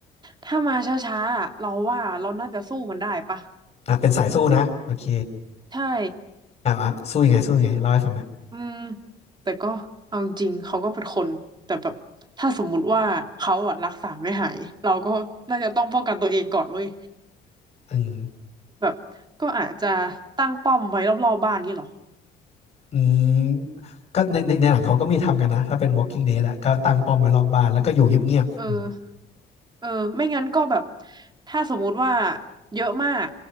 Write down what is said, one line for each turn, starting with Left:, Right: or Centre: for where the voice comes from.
Right: ถ้ามาช้าๆอะเราว่าเราน่าจะสู้มันได้ปะ
Left: อ่ะเป็นสายสู้นะโอเค
Right: ใช่
Left: อ่ะอ่ะสู้ยังไงสู้ยังไงเล่าให้ฟังหน่อย
Right: อืมแต่ก็เอาจริงๆเขาก็เป็นคนแต่แบบถ้าสมมุติว่าเขาอะรักษาไม่หายเราก็น่าจะต้องป้องกันตัวเองก่อนเว้ย
Left: อืม
Right: แบบก็อาจจะตั้งป้อมไว้รอบๆบ้านนี่หรอ
Left: อืมก็ในในในหนังเขาก็มีทำกันนะถ้าเป็น Walking Dead อะก็ตั้งป้อมไว้รอบบ้านแล้วก็อยู่เงียบๆอืม
Right: เออเออไม่งั้นก็แบบถ้าสมมุติว่าเยอะมาก